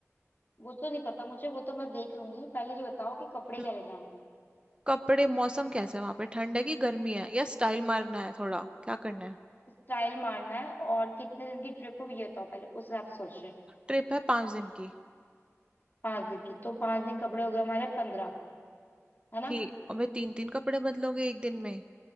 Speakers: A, on the left; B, on the right.
A: वो तो नहीं पता मुझे वो तो मैं देख लूंगी पहले ये बताओ कि कपड़े
B: हम्म,
A: क्या ले जाने हैं
B: कपड़े मौसम कैसा है वहां पे ठंड है कि गर्मी है या स्टाइल मारना है थोड़ा क्या करना है
A: स्टाइल मारना है और कितने दिन की ट्रिप हो ये बताओ पहले उस हिसाब से सोच रहे हैं
B: ट्रिप है पांच दिन की
A: पांच दिन की तो पांच दिन कपड़े हो गए हमारे पंद्रह है ना
B: ठीक अबे तीन तीन कपड़े बदलोगे एक दिन में